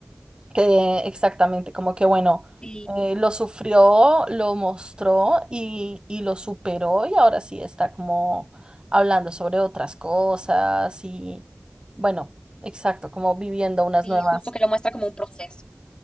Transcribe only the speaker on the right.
que exactamente, como que bueno,
eh, lo sufrió, lo mostró y, y lo superó y ahora sí está como hablando sobre otras cosas y bueno, exacto, como viviendo unas
nuevas.